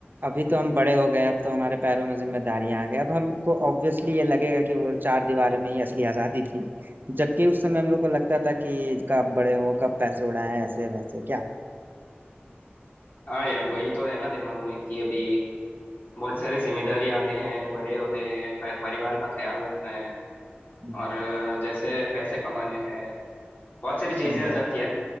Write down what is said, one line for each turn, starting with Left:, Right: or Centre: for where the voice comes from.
Right: अभी तो हम बड़े हो गए अब तो हमारे पैरों में जिम्मेदारियां आ गई अब हमको ऑब्वियसली ये लगेगा कि वो चार दीवारों में ही असली आजादी थी जबकि उस समय हम लोग को लगता था कि कब बड़े हो कब पैसे उड़ाएं ऐसे वैसे क्या
Left: हाँ यार वही तो है ना दिमाग में कि अभी बहुत सारी जिम्मेदारी आ गए हैं बड़े हो गए हैं पा- परिवार का ख्याल रखना है
Right: हम्म,
Left: और अ, जैसे पैसे कमाने हैं बहुत सारी चीजें
Right: हम्म।
Left: आ जाती है